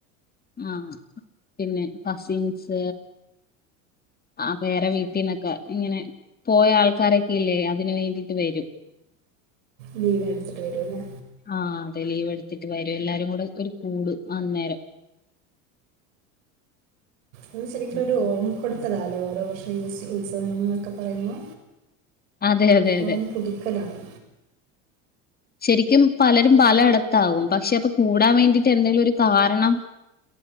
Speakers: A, on the left; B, on the right.
A: ആഹ്, പിന്നെ കസിൻസ്. ആഹ്, വേറെ വീട്ടിൽ നിന്നൊക്കെ ഇ ങ്ങനെ. പോയ ആൾക്കാരൊക്കെയില്ലേ, അതിനുവേണ്ടിയിട്ടു വരും.
B: ലീവെടുത്തിട്ടു വരു ല്ലേ?
A: ആഹ്, അതെ, ലീവെടുത്തിട്ടു വരും. എല്ലാരും കൂടെ ഒരു കൂടും അന്നേരം.
B: അതു ശരിക്കുലൊരു
A: ഉം.
B: ഓർമ്മപ്പെടുത്തലാ ല്ലേ, ഓരോ വർഷവു യു യുത്സവമെന്നൊക്കെ പറയുമ്പോ?
A: അതെ അതെ അതെ
B: ഓർമ്മ പുതുക്കലാണ്.
A: ശരിക്കും പലരും പലയിടത്താവും, പക്ഷെ, അപ്പൊ കൂടാൻ വേണ്ടി ട്ടെന്തെങ്കിലുമൊരു കാരണം.